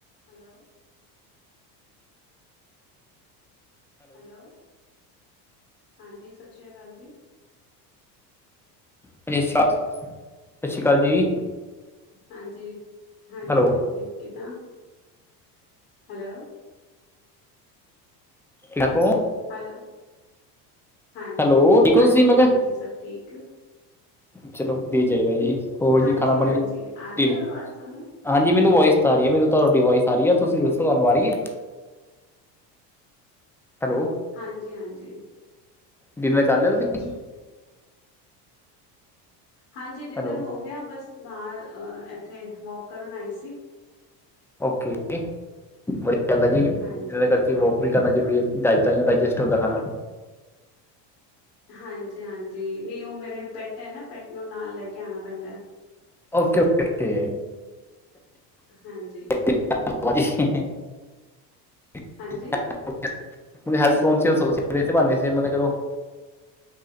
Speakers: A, on the left; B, in the centre.
A: Hello. Hello ਹਾਂਜੀ ਸਤਿ ਸ਼੍ਰੀ ਅਕਾਲ ਜੀ।
B: ਹਾਂਜੀ ਸਤਿ ਸ਼੍ਰੀ ਅਕਾਲ ਜੀ।
A: ਹਾਂਜੀ ਹਾਂਜੀ
B: ਹੈਲੋ
A: ਹਾਂਜੀ ਕਿੱਦਾਂ। ਹੈਲੋ।
B: ਛੱਕੋ। <unintelligible>
A: ਹੈਲੋ ਹਾਂਜੀ
B: ਹੈਲੋ ਠੀਕ
A: ਹਾਂਜੀ
B: ਹੋ ਤੁਸੀਂ ਮੈਂ ਕਿਹਾ
A: ਹਾਂਜੀ ਸਭ ਠੀਕ।
B: ਚਲੋ ਮਿਲ਼ ਜਾਏਗਾ ਜੀ ਹੋਰ
A: ਹਾਂਜੀ
B: ਜੀ ਖਾਣਾ ਪਾਣੀ
A: ਹਾਂਜੀ ਆ ਰਹੀ
B: ਦਿਲ।
A: ਹੈ ਆਵਾਜ਼ ਤੁਹਾਨੂੰ
B: ਹਾਂਜੀ ਮੈਨੂੰ ਵੋਇਸ ਤਾਂ ਆ ਰਹੀ ਹੈ। ਮੈਨੂੰ ਤੁਹਾਡੀ ਵੋਇਸ ਆ ਰਹੀ ਹੈ ਤੁਸੀਂ ਦੱਸੋ ਤੁਹਾਨੂੰ ਆ ਰਹੀ ਹੈ। ਹੈਲੋ।
A: ਹਾਂਜੀ ਹਾਂਜੀ।
B: ਡਿਨਰ ਕਰ ਲਿਆ ਤੁਸੀਂ।
A: ਹੂੰ। ਹਾਂਜੀ ਡਿਨਰ
B: ਹੈਲੋ
A: ਹੋ ਗਿਆ ਬਸ ਬਾਹਰ ਇੱਥੇ ਵੋਕ ਕਰਨ ਆਈ ਸੀ।
B: ਓਕੇ ਓਕੇ ਵਧੀਆ ਗੱਲ ਜੀ
A: ਹਾਂਜੀ
B: ਜਿਹੜੇ ਕਰਦੇ ਵੋਕ। ਵੀ ਕਰਨਾ ਜ਼ਰੂਰੀ ਹੈ ਤਾਂਹੀ ਡਾਇਜੈਸਟ ਹੁੰਦਾ ਖਾਣਾ।
A: ਹਾਂਜੀ-ਹਾਂਜੀ ਨਹੀਂ ਉਹ ਮੇਰੇ ਪੈਟ ਹੈ ਨਾ ਪੈਟ ਨੂੰ ਨਾਲ ਲੈ ਕੇ ਆਣਾ ਪੈਂਦਾ।
B: ਓਕੇ-ਓਕੇ-ਓਕੇ।
A: ਹਾਂਜੀ।
B: <unintelligible>
A: ਹਾਂਜੀ
B: <unintelligible>